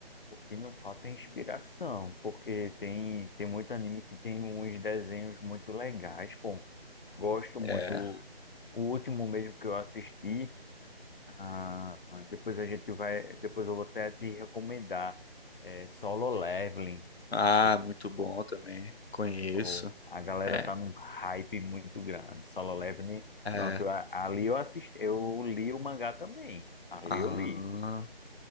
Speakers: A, on the left; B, on the left.
A: O que não falta é inspiração, porque tem, tem muito anime que tem uns desenhos muito legais, pô. Gosto muito.
B: É.
A: O último mesmo que eu assisti. Ah, depois a gente vai, depois eu vou até te recomendar é, Solo Leveling.
B: Ah,
A: Não sei se
B: muito bom também. Conheço.
A: ou a galera
B: É.
A: tá num hype muito grande. Solo Leveling,
B: É.
A: pronto, a- ali eu assisti, eu li o mangá também. Ali
B: Ah,
A: eu li.